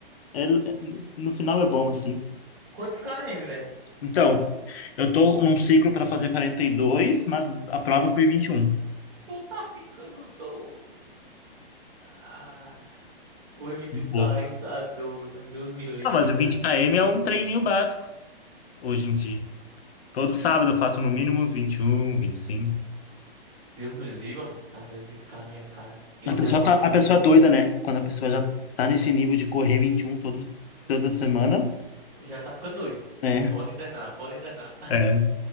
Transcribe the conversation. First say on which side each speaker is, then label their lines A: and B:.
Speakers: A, on the left; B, on the right.
A: é- é, no final é bom, assim.
B: Quantos km, velho?
A: Então, eu tô num ciclo para fazer 42, mas a prova foi 21.
B: Tu tá ficando doido. Ah, correr 21
A: Muito
B: km
A: Louco.
B: tá doido. Deus me livre,
A: Não, mas
B: é
A: o
B: um
A: 20
B: Deus
A: km
B: me livre.
A: é um treininho básico hoje em dia. Todo sábado eu faço no mínimo uns 21, 25.
B: Deus me livre, mano. Tá doido, 20km, cara. Eu
A: A pessoa
B: já faço.
A: tá, a pessoa é doida, né? Quando a pessoa já tá nesse nível de correr 21 todo, toda semana,
B: Já tá ficando doido.
A: né?
B: Pode internar, pode internar.
A: É.